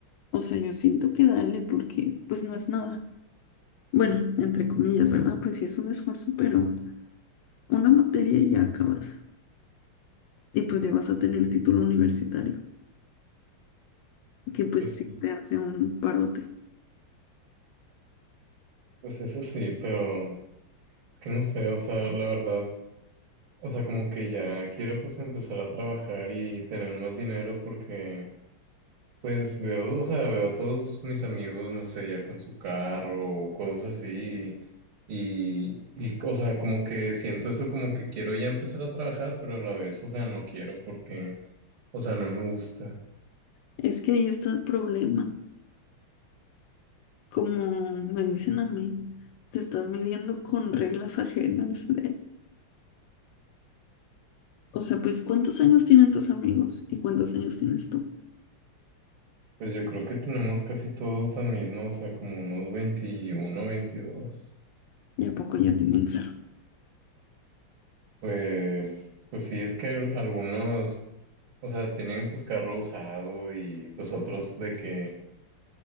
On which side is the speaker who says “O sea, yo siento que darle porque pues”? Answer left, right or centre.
Left